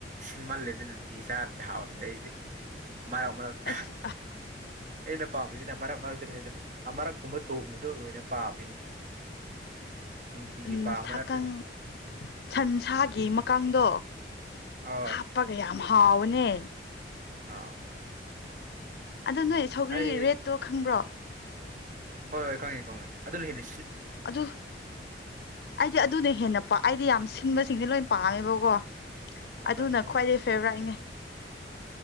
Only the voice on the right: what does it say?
ꯁꯤꯟꯃꯜꯂꯦꯗ ꯅꯨꯡꯇꯤ ꯆꯥꯔꯗꯤ ꯍꯥꯎꯗ꯭ꯔꯦ ꯑꯩꯗꯤ ꯃꯔꯛ ꯃꯔꯛꯇ
ꯑꯩꯅ ꯄꯥꯝꯃꯤꯁꯤꯅ ꯃꯔꯛ ꯃꯔꯛꯇꯅꯤ ꯑꯗꯣ ꯑꯃꯔꯛꯀꯨꯝꯕ ꯊꯣꯡꯕꯗꯣ ꯑꯣꯏꯅ ꯄꯥꯝꯃꯤꯅꯤ ꯅꯨꯡꯇꯤꯒꯤ
ꯄꯥꯝꯕ
ꯅꯠꯇꯦꯗ
ꯑꯍꯣꯏ
ꯑꯥ
ꯑꯩ
ꯍꯣꯏ ꯍꯣꯏ ꯈꯪꯉꯦ ꯈꯪꯉꯦ ꯑꯗꯨꯅ ꯍꯦꯅꯤ
ꯑꯠꯆꯥ
ꯑꯠꯆꯥ ꯑꯠꯆꯥ